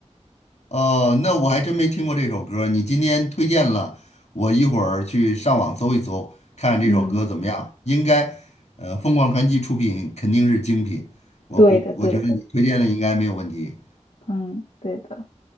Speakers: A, on the left; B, on the left.
A: 哦，那我还真没听过这首歌，你今天推荐了，我一会儿去上网搜一搜，看看这首歌怎么样。
B: 嗯，
A: 应该，呃，凤凰传奇出品肯定是精品，我估我觉得你推荐的应该没有问题。
B: 对的对的，嗯对的。